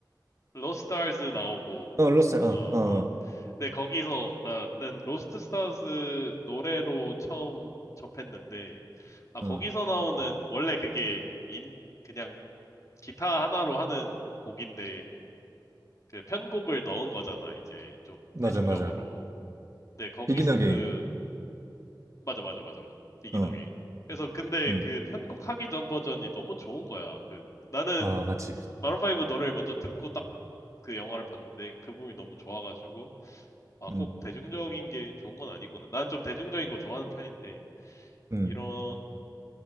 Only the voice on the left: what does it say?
로스트 스타즈 나오고
어 어.
근데 거기서 나는 로스트 스타즈 노래로 처음 접했는데 아
거기서 나오는 원래 그게 인 그냥 기타 하나로 하는 곡인데 그 편곡을 넣은 거잖아 이제 좀
대중적으로.
근데 거기서
그 맞아, 맞아, 맞아, 맞아. 비긴
어게인. 그래서 근데
그 편곡하기 전 버전이 너무 좋은 거야. 그 나는
마룬 5 노래를 먼저 듣고 딱 그 영화를 봤는데 그 부분이 너무 좋아가지고 아
꼭 대중적인 게 좋은 건 아니구나. 난 좀 대중적인 거 좋아하는 편인데
이런